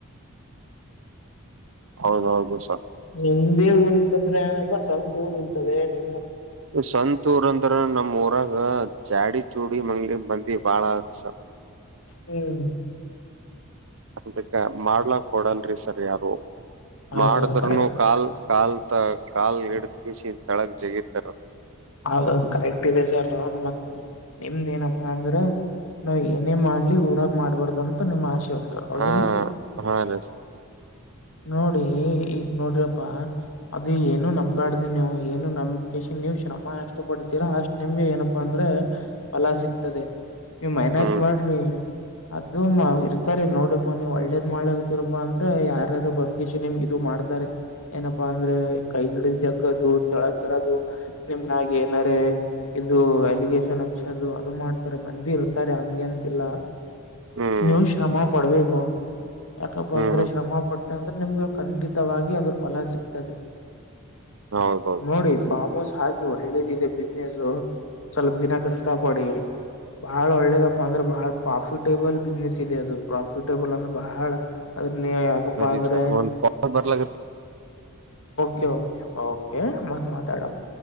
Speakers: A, on the right (about 65°); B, on the left (about 70°).
A: ಹೌದೌದು ಸ
B: ನಿಮ್ದೇ ಊರ್ ಇರ್ತಂದ್ರೆಗ ಸ್ವಂತತ್ ಊರ್ ಇರ್ತದೆ ನಿಮ
A: ಸಂತ ಊರ ಅಂದ್ರ ನಮ್ಮ್ ಊರಾಗ ಚಾಡಿ ಚೂಡಿ ಮಂಗ್ಳ ಮಂದಿ ಬಾಳ ಅಸ
B: ಹ್ಮ್
A: ಅನ್ಿಕ ಮಾಡ್ಲಕ್ ಕೊಡಲ್ರರಿ ಸರ್ ಯಾರು
B: ಹೌದೌದು
A: ಮಾಡಿದ್ನು
B: ಕರೆಕ್ಟ್
A: ಕಾಲ್ ಕಾಲ್ ತ ಕಾಲ್ ಹಿಡ್ದ ಬಿಸಿ ತಳಗ್ ಜಗೀತಾರ
B: ಹೌದೌ ಕರೆಕ್ಟ್ ಇದೆ ಸರ್ ಮತ್ ನಿಮ್ದ ಏನಪ್ಪಾ ಅಂದ್ರ ನಾವ್ ಏನೇನ್ ಮಾಡ್ಲಿ ಊರಾಗ ಮಾಡ್ಬಾರಡ್ದಂತ ನಿಮ್ ಆಶೆ ಂತ ಅವೌದಿಲ್ಲ
A: ಹಾ ಹಾ ರೀ ಸರ್
B: ನೋಡಿ ಈಗ ನೋಡ್ರಿಪ್ಪಾ ಅದು ಏನು ನಂಬ್ಯಾಡ್ದಿ ನೀವು ಏನು ನಂಬಿಕೇಶನ್ ನೀವ್ ಶ್ರಮ ಎಷ್ಟ ಪಡ್ತೀರಾ ಅಷ್ಟ್ ನಿಮ್ಗೆ ಏನಪ್ಪಾ ಅಂದ್ರೆ ಫಲ ಸಿಗ್ತದೆ ನೀ್ ಮಹನತ್
A: ಹ್ಮ್
B: ಮಾಡ್ರಿ ಅದು ಮಾ ಇರ್ತಾರೆ ನೋಡಪಾ ನೀವು್ ಒಳ್ಳೇದ ಮಾಡಗತಿೀರಪ್ಪಾ ಅಂದ್ರ ಯಾರು ಬಂದ್ಕಷ ನಿಮ್ ಇದು ಮಾಡ ಮಾಡ್ತಾರೆ ಏನಪ್ಪಾ ಅಂದ್ರೆ ಕೈ ಗಿಡದ ಜಗ್ಗದು ತಳ ತರದು ನಿಮಗಾಗಿ ಏನಾರ ಇದು ಎಲಿಗೇಶನ್ ಹಚ್ಚದು ಅದು ಮಾಡ್ತಾರೆ ಮಂದಿ ಇರ್ತಾರೆ ಹಂಗೆ ಅಂತಿಲ್ಲ
A: ಹ್ಮ್
B: ನೀವು ಶ್ರಮ ಪಡ್ಬೇಕು ಯಾಕಪ್ಪ
A: ಹ್ಮ್
B: ಅಂದ್ರೆ ಶ್ರಮ ಪಟ್ಟೆ ಅಂದ್ರೆ ನಿಮ್ಗೆ ಖಂಡಿತವಾಗಿ ಅದ್ರ ಫಲ ಸಿಗ್ತದೆ
A: ಹೌದೌದು
B: ನೋಡಿ
A: ಸರ್
B: ಫಾರ್ಮ್ೌಸ್ ಹಾಕಿ ಳ್ಳದಿದೆ ಬಿಸ್ನೆಸ್ ಸ್ವಲ್ಪ ದಿನ ಕಷ್ಟ ಪಡಿ ಬಹಳ ಒಳ್ಳೇದಪ್ಪ ಅಂದ್ರೆ ಬಹಳ ಪ್ರಾಫಿಟೇಬಲ್ ಬಿಸ್ನೆಸ್ ಇದೆ ಅದು ಪ್ರಾಫಿಟೇಬಲ್ ಅಂದ್ರೆ ಬಹಳ ಅ್ರ ನೀ ಯಾಕಪ್ಪಂದರ
A: ಸರಿ ಸರ್ ಒಂದ್ ಕಾಲ್ ಬರ್ಲಾಗತ್ತ
B: ಕೆ ೆ ಓಕೆ ಮತ್ ಮಾತಾಡಮ್ಮ